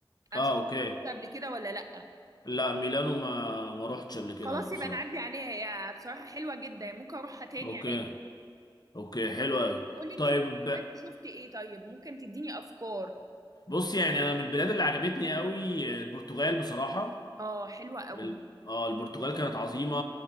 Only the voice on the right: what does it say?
انا
مش
عارفه رحت قبل كده ولا لا
خلاص
يبقى نعدي عليها هي بصراحه حلوه جدا ممكن اروحها تاني
عادي
طب
قولي انت
لما سافرت شفت ايه طيب ممكن تديني افكار
اه حلوة قوي